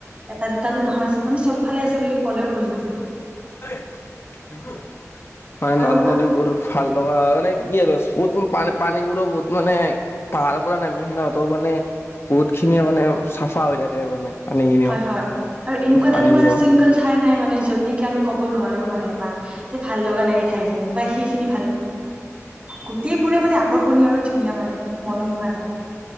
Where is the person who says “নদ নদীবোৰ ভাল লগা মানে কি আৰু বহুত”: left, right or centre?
Left